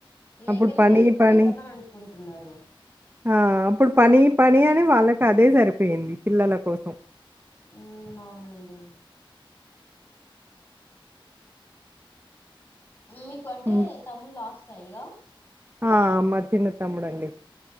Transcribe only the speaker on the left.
లేకనే
వాళ్ళు ఇప్పుడు
జేద్దామని అనుకుంటున్నారు
ఉమ్ అవునండి మీకంటే
తమ్ముడు లాస్ట్ ఆ ఇగ